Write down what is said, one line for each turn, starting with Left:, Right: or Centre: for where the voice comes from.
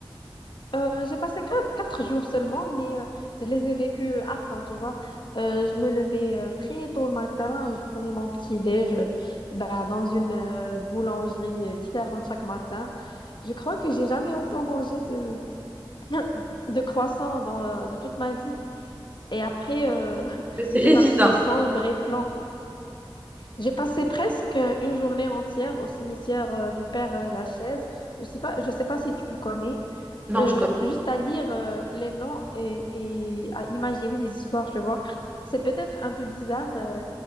Left: Euh, j'ai passé qua- quatre, jours seulement, mais euh, je les ai vécus à fond, tu vois. Euh, je me levais euh, très tôt le matin, je prenais mon petit déj euh, bah, dans une euh, boulangerie euh, différente chaque matin. Je crois que j'ai jamais autant mangé de, <coughs> <laughs> de croissants dans, euh, de toute ma vie. Et après, euh, <laughs>
Right: C'est
Left: je
Right: évident.
Left: marchais sans vrai plan. J'ai passé presque une journée entière au cimetière euh, du Père euh, Lachaise. Je sais pas, je sais pas si tu le connais
Right: Non,
Left: euh,
Right: je connais.
Left: juste à lire euh, les noms et, et à imaginer les histoires, tu vois. C'est peut-être un peu bizarre euh,